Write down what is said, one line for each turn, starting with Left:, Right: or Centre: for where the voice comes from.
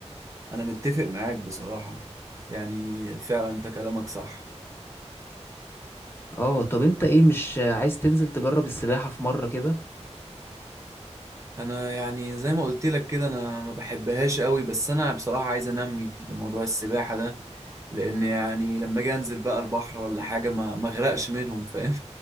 Right: انا متفق معاك بصراحه يعني فعلا انت كلامك صح
Left: اه طب انت ايه مش عايز تنزل تجرب السباحه في مره كده
Right: انا يعني زي ما قلت لك كده انا ما بحبهاش قوي بس انا بصراحه عايز انمي موضوع السباحه ده لان يعني لما اجي انزل بقى البحر ولا حاجه ما ما اغرقش منهم فاهم